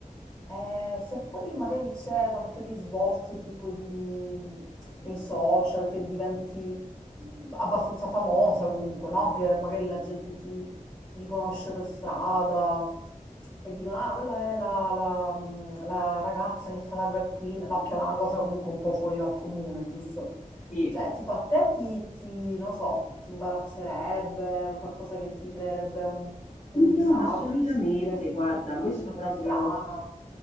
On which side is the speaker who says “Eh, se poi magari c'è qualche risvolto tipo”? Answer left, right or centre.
Left